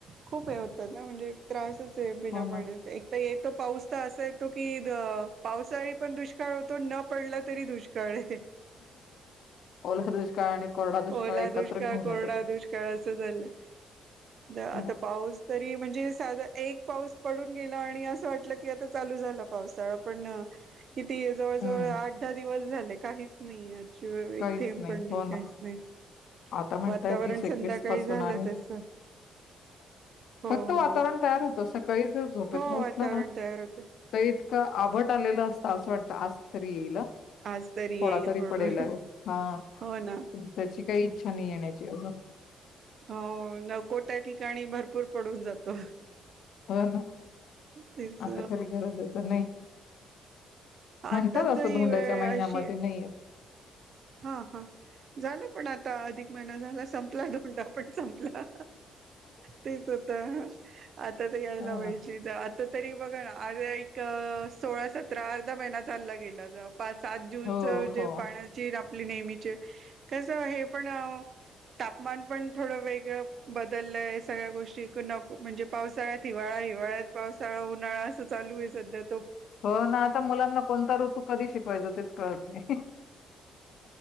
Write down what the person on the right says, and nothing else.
खूप हे होत, नाय म्हणजे त्रास बिना
पाण्याच
एक तर येत पाऊस तर असाय येतो की, पावसाळी पण दुष्काळ होतो, न पडला तरी दुष्काळ आहे.
ओला
दुष्काळ,
कोरड
दुष्काळ असं झालंय, तर आता
पाऊस तरी, म्हणजे साधा एक पाऊस पडून गेला आणि असं वाटलं की आता चालू झाला पावसाळा, पण- किती जवळ
जवळ आठ दहा दिवस झाले. काहीच नाहीय. शिवा
थेंब पण नाही
काहीच
नाही,
वातावरण संध्याकाळी
झालं
तस हो,
हो,
हो,
वातावरण
तयार होत.
आज येईल
म्हणून
हो ना
हो नको त्या ठिकाणी भरपूर पडून जातो.
तेच
आताच
ही
वेळ
अशी
हा हा झालं पण आता. आता अधिक महिना झाला. संपला डोंडा पण संपला तेच होत, आता तर यायला
पाहिज
आ तरी बघा ना अ सोळा सतरा महिना चालला गेला. पा सात जूनच
जे
पाण्याची आपली नेहमीचे कसं हे पण तापमान पण थोडं वेगळं बदललंय सगळ्या गोष्टी नक म्हणजे, पावसाळ्यात हिवाळा हिवाळ्यात पावसाळा उन्हाळा असं चालू आहे सध्याहा